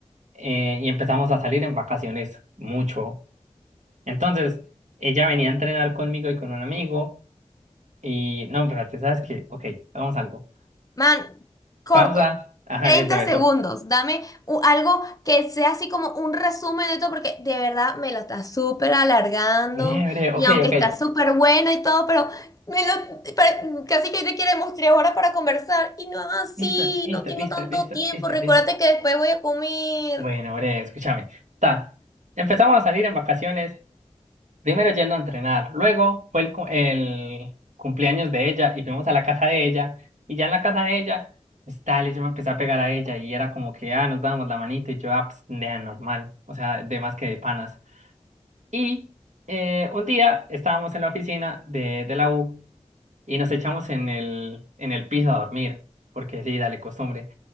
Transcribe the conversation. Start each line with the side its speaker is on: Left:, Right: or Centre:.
Right: eh, y empezamos a salir en vacaciones mucho. Entonces, ella venía a entrenar conmigo y con un amigo. Y no, espérate, ¿sabes qué? Ok, hagamos algo.
Left: Man, corto.
Right: Pausa. Ajá,
Left: treinta
Right: eso, eso.
Left: segundos. Dame u- algo que sea así como un resumen de todo, porque de verdad me lo está súper alargando.
Right: Breve, breve, ok,
Left: Y aunque
Right: ok.
Left: está súper bueno y todo, pero me lo pare- casi que te queremos tres horas para conversar. Y no es así,
Right: Listo, listo,
Left: no tengo
Right: listo,
Left: tanto
Right: listo,
Left: tiempo.
Right: listo,
Left: Recuérdate
Right: listo.
Left: que después voy a comer.
Right: Bueno, breve, escúchame. Ta. Empezamos a salir en vacaciones Primero yendo a entrenar, luego fue el, cu- el cumpleaños de ella y fuimos a la casa de ella. Y ya en la casa de ella, pues dale, yo me empecé a pegar a ella y era como que, ah, nos dábamos la manito y yo, ah, pues, nea, normal, o sea, de más que de panas. Y eh, un día estábamos en la oficina de, de la U y nos echamos en el, en el piso a dormir, porque sí, dale, costumbre.